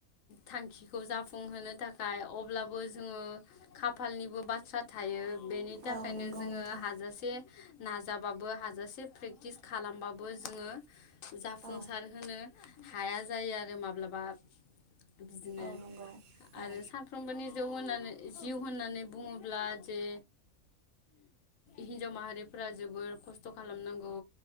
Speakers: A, on the left; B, on the right.
A: थांखिखौ जाफुंहोनो थाखाय अब्लाबो जोङो खाफालनिबो बाथ्रा थायो। बेनि थाखायनो
B: औ नंगौ
A: जोङो
B: नोंथां
A: हाजासे नाजाबाबो हाजासे प्रेक्टिस खालामबाबो जोङो जाफुंसार
B: औ
A: होनो हाया जायो आरो माबा ब्लाबा बिदिनो
B: औ नंगौ
A: आरो
B: औ
A: सानफ्रोमबोनि जौ होनानै जिउ होनानै बुङोब्ला जे हिन्जाव माहारिफोरा जोबोर खस्थ' खालामनांगौ